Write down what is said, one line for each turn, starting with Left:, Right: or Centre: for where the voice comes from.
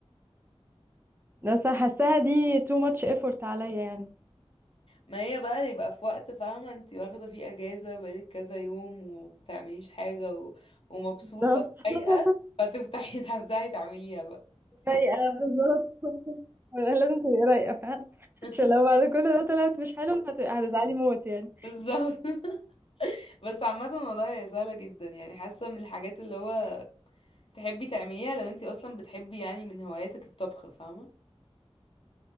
Right: ده صح حاساها دي too much effort عليا يعني
Left: ما هي بقى يبقى في وقت فاهمة انت واخدة فيه اجازة بقالك كذا يوم ومبتعمليش حاجة و... ومبسوطة
Right: بالظبط <laughs>
Left: ورايقة فتفتحي <laughs> تفتحي تعمليها بقى
Right: رايقة بالظبط لازم تبقي رايقة فعلا
Left: <laughs>
Right: عشان لو بعد كل ده طلعت مش حلو هت- هتزعلي موت يعني
Left: بالظبط <laughs> بس عامة والله هي سهلة جدا يعني حاسة من الحاجات اللي هو تحبي تعمليها لو انتي اصلا بتحبي يعني من هواياتك الطبخ فاهمة